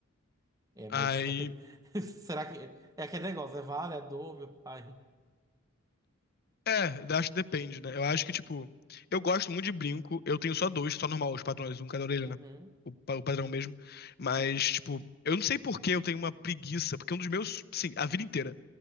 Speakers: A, on the right; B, on the left.
A: É,
B: Aí
A: mas <laughs> será que é aquele negócio? É vale a dor, meu pai?
B: É, eu acho que depende, né? Eu acho que, tipo, eu gosto muito de brinco. Eu tenho só dois, só normal, os padrões, um cada orelha,
A: Uhum,
B: né? O, pa- o padrão mesmo. Mas,
A: uhum.
B: tipo, eu não sei por que eu tenho uma preguiça, porque um dos meus, sim, a vida inteira.